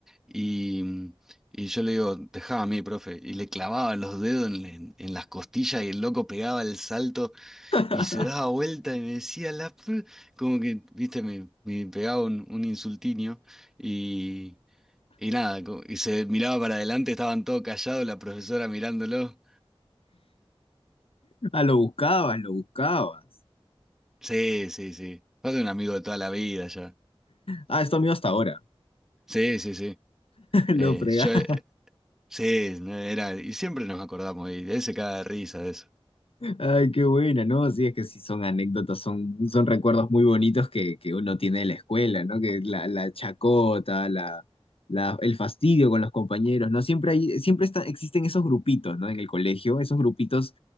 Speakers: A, in the centre; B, on the left.
A: Y, y yo le digo, dejá a mí, profe. Y le clavaba los dedos en, en- en las costillas y el loco pegaba el salto
B: <laughs>
A: y se daba vuelta y me decía, la... fr-". Como que, viste, me, me pegaba un, un insultinio y, y nada, co- y se miraba para adelante, estaban todos callados, la profesora mirándolo.
B: Ah, lo buscabas, lo buscabas.
A: Sí, sí, sí. Va a ser un amigo de toda la vida ya.
B: Ah, es tu amigo hasta ahora.
A: Sí, sí, sí. Eh,
B: <laughs> Lo fregás.
A: yo, eh, sí, no, era, y siempre nos acordamos, y él se caga de risa de eso.
B: Ay, qué buena, ¿no? Sí, es que sí son anécdotas, son, son recuerdos muy bonitos que, que uno tiene de la escuela, ¿no? Que la, la chacota, la, la- el fastidio con los compañeros, ¿no? Siempre hay, siempre está- existen esos grupitos, ¿no? En el colegio, esos grupitos